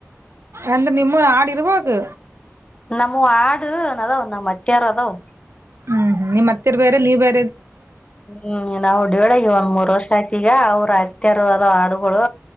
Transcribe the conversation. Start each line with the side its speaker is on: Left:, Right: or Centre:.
Right: ಅಂದ್ರೆ ನಿಮ್ಮ ಹಾಡು ಇರಬಹುದು
Left: ನಮ್ಮ ಆಡು ಅದಾವ್ ನಮ್ಮ್ ಅತ್ಯಾರ ಅದಾವ
Right: ಹ್ಮ್ ಹ್ಮ್ ನಿಮ್ಮ ಅತ್ತೆರ್ ಬೇರೆ ನೀವ್ರೆ
Left: ಹ್ಮ್ ನಾವು ಹೊಡಿಯಳ ಇವ ಮೂ ತೋರ್ಷ ಆಯ್ತ ಈಗ ಅವ್ರ ಅತ್ಯಾರ ಅದ ಹಾಡುಗಳು